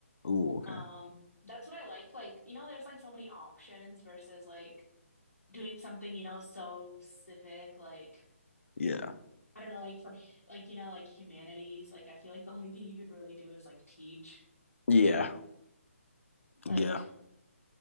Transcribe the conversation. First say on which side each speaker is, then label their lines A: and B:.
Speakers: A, on the left (about 60°); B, on the left (about 80°).
A: Ooh, okay.
B: Um, that's what I like. Like, you know, there's like so many options versus like doing something, you know, so specific, like
A: Yeah.
B: I don't know, like for like, you know, like humanities, like I feel like the only thing you could really do is like teach.
A: Yeah.
B: Like,
A: Yeah.